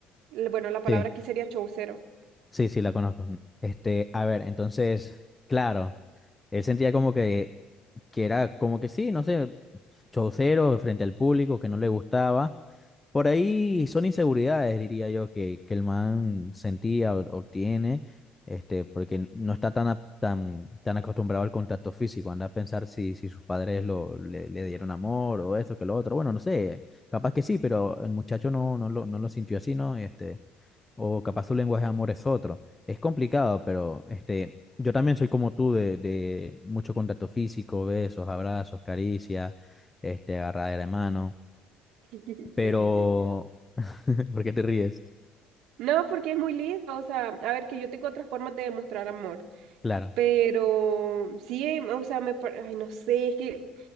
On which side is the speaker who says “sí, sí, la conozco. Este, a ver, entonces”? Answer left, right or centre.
Left